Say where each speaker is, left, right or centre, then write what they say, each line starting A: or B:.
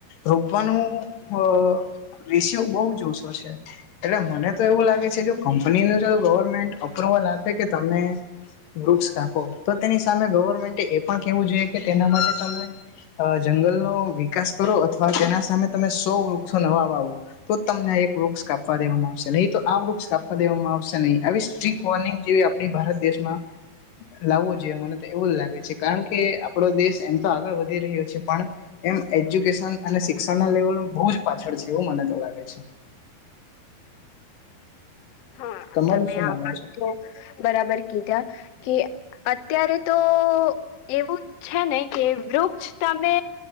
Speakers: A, on the left; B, on the left.
A: રોપવાનું અ રેશિયો બહુ ઓછો છે. એટલે મને તો એવું લાગે છે જો. અને અંદર જો ગવર્મેન્ટ અપ્રુવલ આપે કે તમે વૃક્ષ કાપો તો તેની સામે ગવર્મેન્ટ એ પણ કેવું જોઈએ કે તેના માટે તમે અ, જંગલનો વિકાસ કરો અથવા તેના સામે તમે સો વૃક્ષો નવા વાવો. તો તમને એક વૃક્ષ કાપવા દેવામાં આવશે નહીં, તો આ વૃક્ષ કાપવા દેવામાં આવશે નહીં, આવી સ્ટ્રીટ વોર્નિંગ જેવી આપણી ભારત દેશમાં લાવવું જોઈએ, મને તો એવું જ લાગે છે, કારણ કે આપણો દેશ એમ તો આગળ વધી રહ્યો છે, પણ એમ એજ્યુકેશન અને શિક્ષણ ના લેવલ બહુ જ પાછળ છે, એવું મને તો લાગે છે.
B: હા
A: તમારું
B: તમે
A: શું
B: આ
A: માનવું
B: અવાજ
A: છે
B: બરાબર કીધા. કે અત્યારે તો એવું છે ને કે, વૃક્ષ તમે